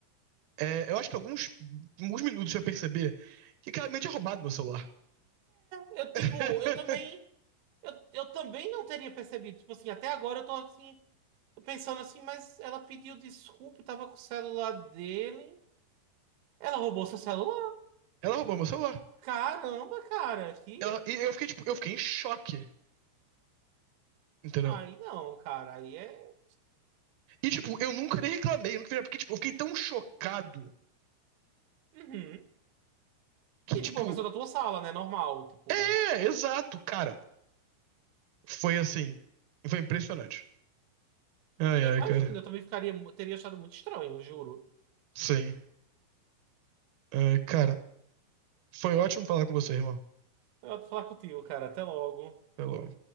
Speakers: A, on the right; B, on the right.
A: é, eu acho que alguns, alguns minutos pra perceber que claramente tinha roubado meu celular.
B: Eu, tipo,
A: <laughs>
B: eu também. Eu, eu também não teria percebido. Tipo assim, até agora eu tô assim, pensando assim, mas ela pediu desculpa, eu tava com o celular dele. Ela roubou seu celular?
A: Ela roubou meu celular.
B: Caramba, cara, que.
A: Ela- e eu fiquei, tipo, eu fiquei em choque, entendeu?
B: Aí não, cara, aí é.
A: E, tipo, eu nunca nem reclamei, eu nunca fiz, nada, porque, tipo, eu fiquei tão chocado
B: Uhum.
A: que,
B: E
A: tipo,
B: tipo, é uma pessoa da tua sala, né? Normal, tipo.
A: é, exato, cara. Foi assim, foi impressionante. Ai,
B: Eu
A: ai,
B: imagino,
A: cara.
B: eu também ficaria, teria achado muito estranho, eu juro.
A: Sim. Ai, cara, foi ótimo falar com você, irmão.
B: Eu vou falar contigo, cara. Até logo.
A: Até logo.